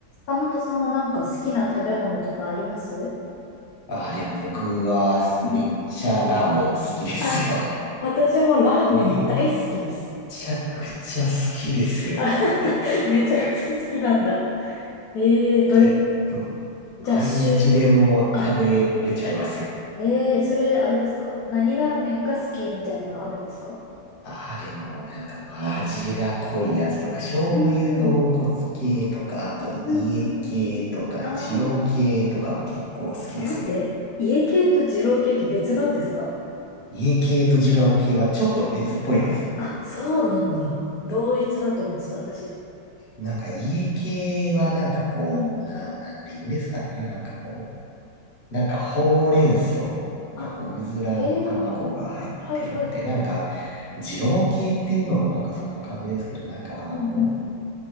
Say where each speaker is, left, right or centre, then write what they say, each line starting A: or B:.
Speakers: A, on the left; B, on the left.
A: 岡本さんはなんか好きな食べ物とかあります
B: ああ、でも僕はめっちゃラーメン好きですよ。
A: うん。あ、私もラーメン大好きです。
B: <laughs> めっちゃくちゃ好きですよ、
A: あ
B: ラーメン。
A: <laughs> めちゃくちゃ好きなんだ。ええー、どれ、
B: 結構、
A: じゃあ、
B: 毎日でも食べれちゃいますよ。
A: 週、あ、ええーそれ、あれですか何ラーメンが好きみたいなのあるんですか
B: ああ、でもなんかもう味が濃いやつとか、醤油豚骨系とか、
A: うんうん、
B: あと家系とか、
A: うんうんうん。あー
B: 二郎系とかも結構好きですよ。
A: あ、待って。家系と二郎系って別なんですか
B: 家系と二郎系はちょっと別っぽいです。
A: あ、そうなんだ。同一だと思ってた、私。
B: なんか家系はなんかこう、
A: うんうん。
B: な、なんて言うんですかね。なんかこう。なんか、ほうれん草、なんかこう、
A: あ、
B: うずらの卵が入ってるので、
A: へえ、はいはいはい。
B: なんか、二郎系っていうのもなんかそんな感じですけど、なんかあの、
A: うんうんうん。